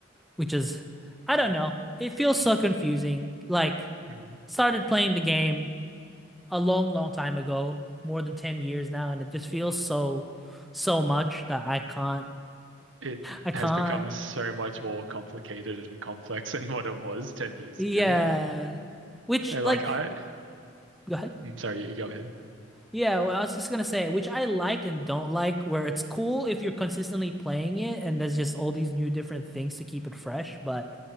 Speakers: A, in the centre; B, on the right.
A: which is I don't know. It feels so confusing. Like
B: Mm.
A: started playing the game a long, long time ago, more than 10 years now, and it just feels so so much that I can't
B: It
A: I can't
B: has become so much more complicated and complex than what it was 10 years
A: yeah.
B: ago.
A: Which
B: And
A: like
B: like I,
A: go ahead.
B: mm, sorry, you go ahead.
A: Yeah, well, I was just gonna say, which I like and don't like, where it's cool if you're consistently playing it and there's just all these new different things to keep it fresh, but